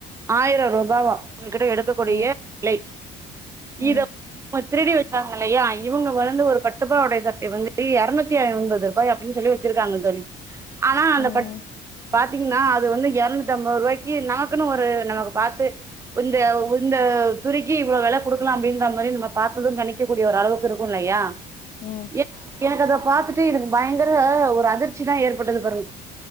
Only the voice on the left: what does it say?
ம்
ம்
ம் ம்
ம்